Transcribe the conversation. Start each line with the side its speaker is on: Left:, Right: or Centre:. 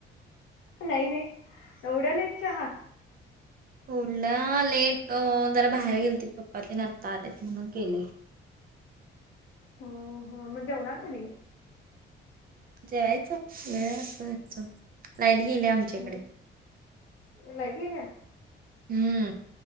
Left: नाही नाही एवढ्या लेट चहा.
Right: थोड लेट जरा बाहेर गेल त पप्पा तेन आता आले त म्हणून केले.
Left: हो हो मग जेवणार कधी
Right: जेवायच वेळ असतच लाईट गेली आमच्याकडे.
Left: हं. लाईट गेल्या.
Right: हम्म.